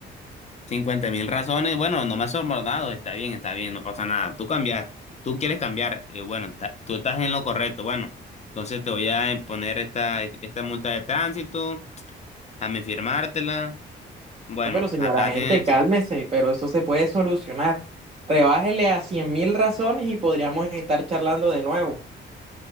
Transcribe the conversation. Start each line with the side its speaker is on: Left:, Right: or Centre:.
Left: cincuenta mil razones, bueno, no me has sobornado, está bien, está bien, no pasa nada. Tú cambias, tú quieres cambiar, eh, bueno, ta- tú estás en lo correcto, bueno, entonces te voy a poner esta, esta multa de tránsito, dame firmártela. Bueno,
Right: No, pero señora
Left: acá
Right: gente,
Left: tienes,
Right: cálmese, pero eso se puede solucionar. Rebájele a cien mil razones y podríamos estar charlando de nuevo.